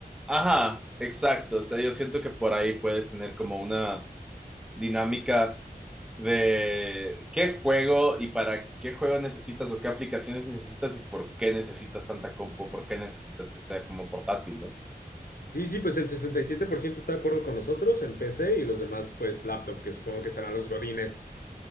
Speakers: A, in the centre; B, on the left.
A: Ajá, exacto. O sea, yo siento que por ahí puedes tener como una dinámica de qué juego y para qué juego necesitas o qué aplicaciones necesitas y por qué necesitas tanta compu, por qué necesitas que sea como portátil, ¿no?
B: Sí, sí, pues el 67% está de acuerdo con nosotros en PC y los demás, pues laptop, que supongo que serán los godines.